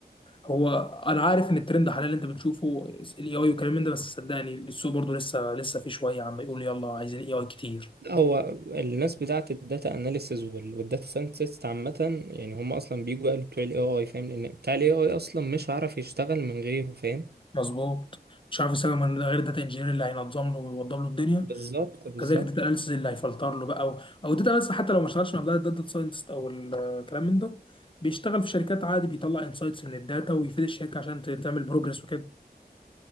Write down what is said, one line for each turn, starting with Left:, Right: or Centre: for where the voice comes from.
Left: هو انا عارف ان الترند حاليا اللي انت بتشوفه الاي اي والكلام من ده بس صدقني السوق برضو لسه لسه في شويه عم يقول يلا عايزين اي اي كتير
Right: هو الناس بتاعت الداتا اناليسز والداتا ساينتست عامة يعني هم اصلا بيجوا قالوا بتوع الاي اي فاهم لان بتاع الاي اي اصلا مش عارف يشتغل من غيره فاهم
Left: مظبوط مش عارف يسوي من غير داتا انجينير اللي هينظم له ويوضب له الدنيا
Right: بالظبط بالظبط
Left: كذلك الداتا اناليسيز اللي هيفلتر له بقى او او الداتا اناليسيز حتى لو ما اشتغلش مع داتا ساينتست او الكلام من ده بيشتغل في شركات عادي بيطلع انسايتس من الداتا ويفيد الشركه عشان ت- تعمل بروجرس وكده